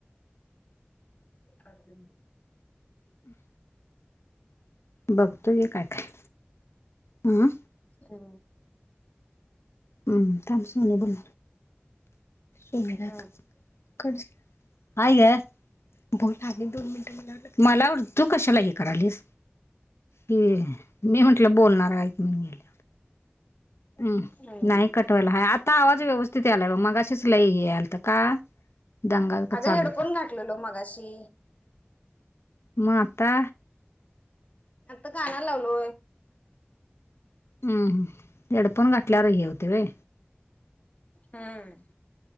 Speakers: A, on the left (about 35°); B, on the left (about 90°).
A: काले
B: हम बघतोय काय काय हं
A: हो
B: हम् काम सुणे बोल काय
A: हम्म
B: ग ब दोन मिनट मला तू कशाला हे करालीस ह मी म्हटलं बोलणार कायक गेलं हम्
A: हम्म
B: नाही कटवायला हा आता आवाज व्यवस्थित यालाय मग अच लई येयलात का दंगा का चालू
A: अगं हेडफोन
B: होता
A: घाठलेलो मगाशी
B: मा आता
A: आत काण्यालालु
B: हम्मम हेडफोन घातल्यावर हे होतंय वे
A: हम्म